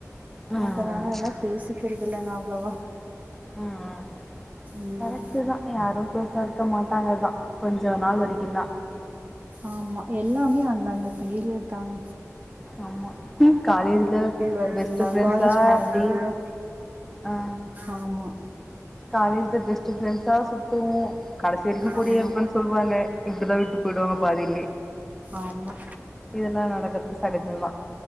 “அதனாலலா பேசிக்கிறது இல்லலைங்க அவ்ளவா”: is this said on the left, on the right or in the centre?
Right